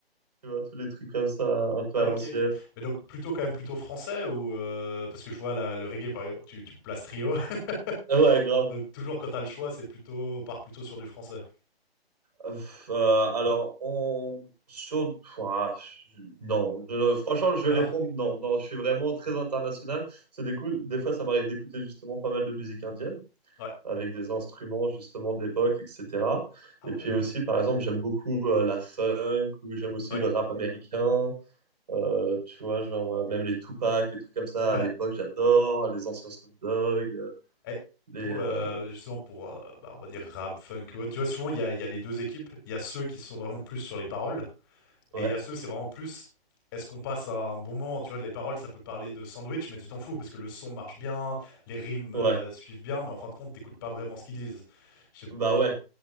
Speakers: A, on the right; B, on the left.
A: tu vois, tous les trucs comme ça, un peu
B: Ok,
A: à l'ancienne.
B: ok. Mais donc plutôt quand même plutôt français ou euh, parce que je vois la- le reggae par exemple, tu, tu places trio. <laughs>
A: Ah Ouais, grave.
B: Donc toujours quand t'as le choix, c'est plutôt on part plutôt sur du français.
A: Euh, alors, on... Sur... Ouah, je- non, Je- je- franchement, je
B: Non?
A: vais répondre non. Non, je suis vraiment très international. C'est des coups... des fois, ça m'arrive d'écouter justement pas mal de musique indienne
B: Ouais.
A: avec des instruments justement d'époque, etc.
B: Ah
A: Et
B: ouais,
A: puis
B: d'accord.
A: aussi, par exemple, j'aime beaucoup euh, la funk ou j'aime aussi
B: Ouais.
A: le rap américain. Euh, tu vois, genre euh, même les Tupac, les trucs comme ça
B: Ouais.
A: à l'époque, j'adore. Les anciens Snoop Dogg, euh,
B: Eh,
A: les...
B: pour
A: euh,
B: le justement pour euh, bah, on va dire rap, funk, ouais. Tu vois souvent il y a, il y a les deux équipes. Il y a ceux qui sont vraiment plus sur les paroles.
A: Ouais,
B: Et il y a ceux, c'est vraiment plus. Est-ce qu'on passe à un bon moment? Tu vois, de les paroles, ça peut parler de sandwich, mais tu t'en fous parce que le son marche bien, les rimes euh,
A: ouais.
B: suivent bien, mais en fin de compte, t'écoutes pas vraiment ce qu'ils disent. Je sais-
A: Bah ouais.